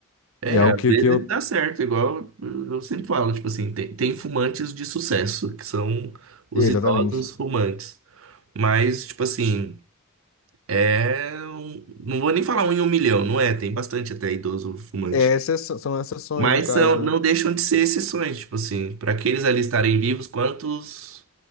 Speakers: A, on the right; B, on the left.
A: É,
B: E é algo
A: às
B: que,
A: vezes
B: que eu.
A: dá certo, igual eu eu sempre falo, tipo assim, tem, tem fumantes de sucesso, que são os
B: Exatamente.
A: idosos fumantes. Mas, tipo assim, é. um- Não vou nem falar um em um milhão, não é? Tem bastante até idoso fumante.
B: É exceção- são exceções,
A: Mas
B: no caso,
A: são, não
B: né?
A: deixam de ser exceções, tipo assim, para aqueles ali estarem vivos, quantos